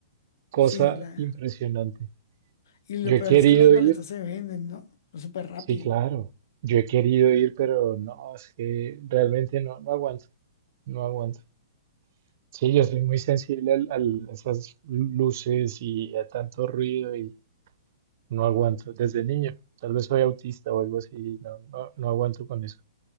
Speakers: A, on the right; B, on the left.
A: Cosa
B: sí, la...
A: impresionante.
B: Y lo
A: Yo
B: peor
A: he querido
B: es que las boletas
A: ir,
B: se venden, ¿no? Súper rápido.
A: sí, claro. Yo he querido ir, pero no, es que realmente no, no aguanto, no aguanto. Sí, yo soy muy sensible al- al- a esas luces y a tanto ruido y no aguanto desde niño. Tal vez soy autista o algo así, no, no, no aguanto con eso.